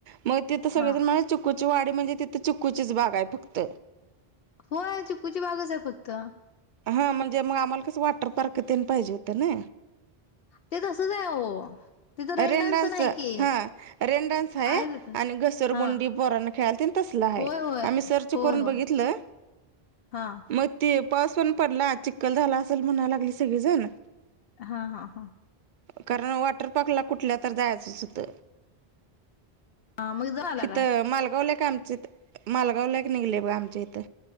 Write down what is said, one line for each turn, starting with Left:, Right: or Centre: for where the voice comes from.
Right: मग तिथं सगळेजण
Left: हा
Right: <unintelligible> चिकूची वाडी म्हणजे तिथं चिकूचीच बाग आहे फक्त.
Left: होय चिकूची बागच आहे फक्त.
Right: हा म्हणजे मग आम्हाला कसं वॉटर पार्क तेन पाहिजे होतं ना.
Left: ते तसच आहे हो तिथं
Right: रेन डान्सच
Left: नाही की
Right: हा रेन डान्स हाय,
Left: आहे तिथं
Right: आणि घसरगुंडी
Left: हा
Right: पोरांना खेळातील तसल आय
Left: होय होय
Right: आम्ही सर्च
Left: होय
Right: करून
Left: होय
Right: बघितलं,
Left: हा
Right: मग ते पाऊस पण पडला चिक्कल झाला असेल म्हणायला लागली सगळीजण.
Left: हा हा हा
Right: कारण वॉटर पार्कला कुठल्या तर जायचंच होतं.
Left: हा मग झाला
Right: हीत
Left: काय
Right: मालगावला एक आमच्या मालगावला निघले बघ आमच्या इथं.